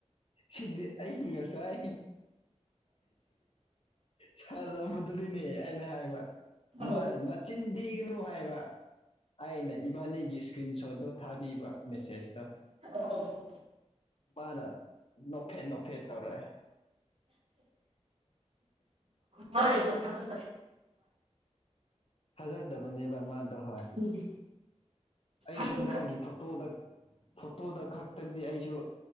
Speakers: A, on the left; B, on the right.
A: ꯁꯤꯗꯤ ꯑꯩ ꯉꯁꯥꯏ ꯐꯖꯕꯗꯨꯗꯤꯅꯦ ꯑꯩꯅ ꯍꯥꯏꯕ
B: ꯑꯧ
A: ꯃꯥꯅ ꯅꯆꯤꯟꯗꯤꯒꯅꯨ ꯍꯥꯏꯕ ꯑꯩꯅ ꯏꯕꯥꯅꯤꯒꯤ ꯏꯁꯀ꯭ꯔꯤꯟ ꯁꯣꯠꯇꯣ ꯊꯥꯕꯤꯕ ꯃꯦꯁꯦꯁꯇꯣ
B: ꯑ
A: ꯃꯥꯅ ꯅꯣꯐꯦꯠ ꯅꯣꯐꯦꯠ ꯇꯧꯔꯑꯦ
B: ꯃꯥ ꯊꯒ
A: ꯊꯥꯖꯗꯕꯅꯦꯕ ꯃꯥꯗꯣ ꯍꯣꯏ
B: ꯎꯝ
A: ꯑꯩꯁꯨ
B: ꯈꯟꯈꯠ
A: ꯅꯪꯒꯤ ꯐꯣꯇꯣꯗ ꯐꯣꯇꯣꯗ ꯈꯛꯇꯗꯤ ꯑꯩꯁꯨ